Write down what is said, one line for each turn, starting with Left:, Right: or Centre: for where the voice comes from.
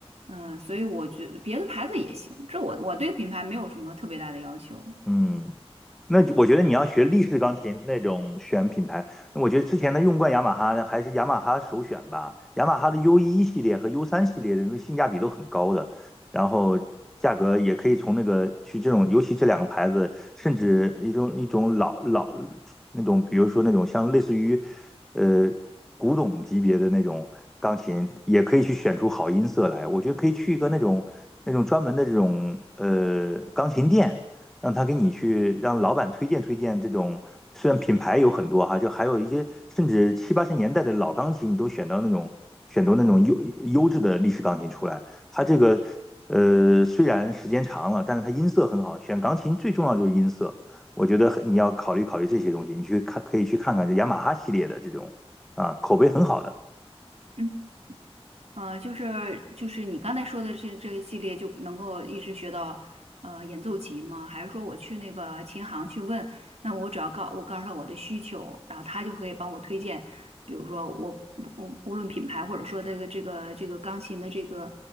Right: 嗯，所以我觉得别的牌子也行，这我我对品牌没有什么特别大的要求。
Centre: 嗯，那就我觉得你要学立式钢琴那种选品牌，那我觉得之前的用惯雅马哈呢还是雅马哈首选吧。雅马哈的 U 一系列和 U 三系列的那个性价比都很高的，然后价格也可以从那个去这种，尤其这两个牌子，甚至一种一种老老那种，比如说那种像类似于呃古董级别的那种钢琴，也可以去选出好音色来。我觉得可以去一个那种那种专门的这种呃钢琴店。让他给你去让老板推荐推荐这种，虽然品牌有很多哈，就还有一些甚至七八十年代的老钢琴，你都选到那种选到那种优优质的历史钢琴出来。它这个呃虽然时间长了，但是它音色很好。选钢琴最重要就是音色，我觉得你要考虑考虑这些东西，你去看可以去看看这雅马哈系列的这种啊口碑很好的。
Right: 嗯。啊、就是就是你刚才说的这这个系列就能够一直学到呃演奏级吗？还是说我去那个琴行去问，那我只要告我告诉他我的需求，然后他就可以帮我推荐，比如说我我无论品牌或者说这个这个这个钢琴的这个